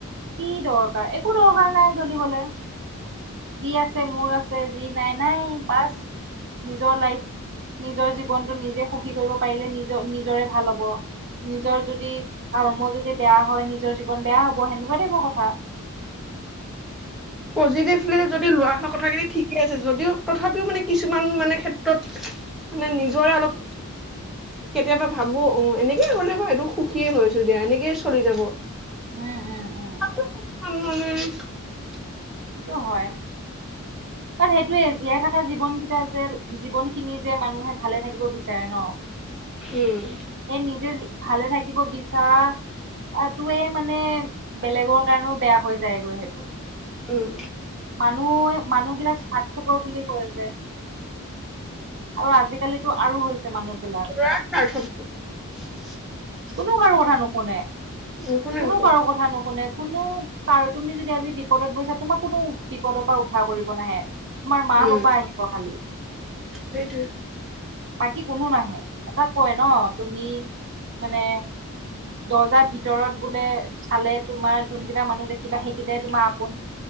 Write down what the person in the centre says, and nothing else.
পজিটিভলি যদি লোৱা হয় কথাখিনি ঠিকেই আছে যদিও তথাপিও মানে কিছুমান মানে ক্ষেত্ৰত মানে নিজৰে অলপ কেতিয়াবা ভাবো অ' এনেকেই হলে ম সটো সুখীয়ে হৈ আছো দিয়া এনেকেই চলি যাব।
<unintelligible>
উম
উম।
<unintelligible> স্বাৰ্থপৰ।
নুশুনে
নুশুনে
উম
সেইটোৱে